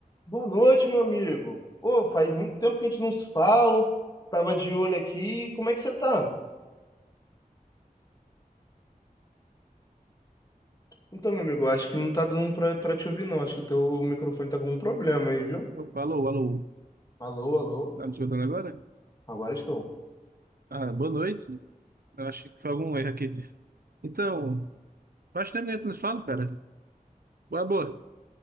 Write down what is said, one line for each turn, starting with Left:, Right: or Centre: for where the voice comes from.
Left: Boa noite, meu amigo. Pô, faz muito tempo que a gente não se fala. Tava de olho aqui. Como é que você tá? Então, meu amigo, eu acho que não tá dando pra, pra te ouvir, não. Acho que o teu microfone tá com algum problema aí, viu?
Right: Opa, alô, alô.
Left: Alô, alô.
Right: Tá me escutando agora?
Left: Agora estou.
Right: Ah, boa noite. Eu acho que foi algum erro aqui. Então, faz tempo que a gente nos fala, cara. Boa, boa.